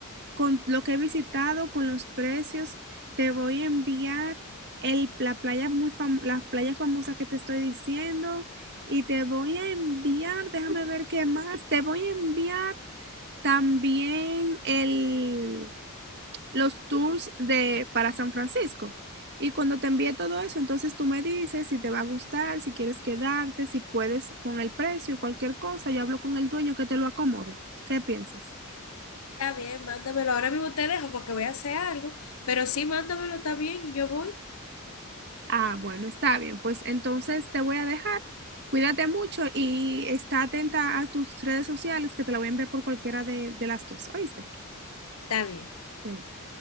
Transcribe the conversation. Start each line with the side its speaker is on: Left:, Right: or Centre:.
Right: con lo que he visitado, con los precios. Te voy a enviar el, la playa muy fam- las playas famosas que te estoy diciendo y te voy a enviar, déjame ver qué más, te voy a enviar también el, los tours de, para San Francisco. Y cuando te envíe todo eso, entonces tú me dices si te va a gustar, si quieres quedarte, si puedes con el precio, cualquier cosa. Yo hablo con el dueño que te lo acomode. ¿Qué piensas?
Left: Está bien, mándamelo. Ahora mismo te dejo porque voy a hacer algo, pero sí, mándamelo, está bien, y yo voy,
Right: Ah, bueno, está bien. Pues entonces te voy a dejar. Cuídate mucho y está atenta a tus redes sociales que te la voy a enviar por cualquiera de, de las dos. ¿Oíste?
Left: está bien.
Right: Cuídate.